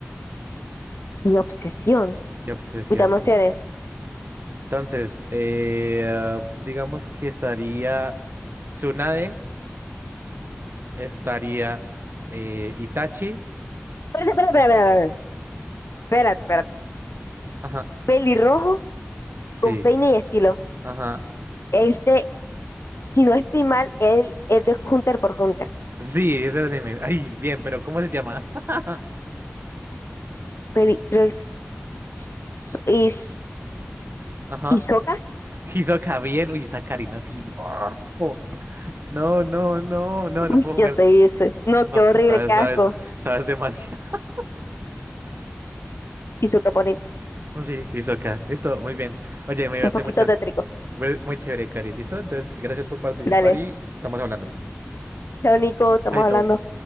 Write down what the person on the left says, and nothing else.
Mi obsesión.
Uy, dame
opciones.
Espérate, espérate, espérate, espérate, espérate, espérate.
Pelirrojo
con peine y estilo.
Este, si no estoy mal, él es de Hunter por Hunter.
Peli, creo que es- so- is-
¿Hisoka? <laughs>
Uy,
yo soy ese. No,
qué horrible,
qué
asco.
Hisoka bonito.
Un poquito
tétrico.
Dale.
Chao, Nico, estamos
hablando.